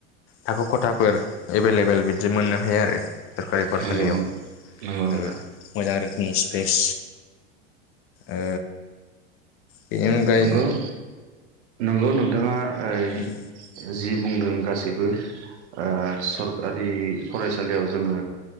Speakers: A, on the left; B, on the right.
A: थाखो खथाफोर एभेलेबेल बिदि मोननो हायो आरो। सोररखारि फरायसालियाव
B: नंगौ नंगौ नोंथां
A: ओ मोजां रोखोमनि बेस ओ बेनि अनगाय
B: गौ नंगौ नोंथाङा ओइ
A: उम
B: जि बुंदों गासैबो ओ सरखारि फरायसालियाव जोङो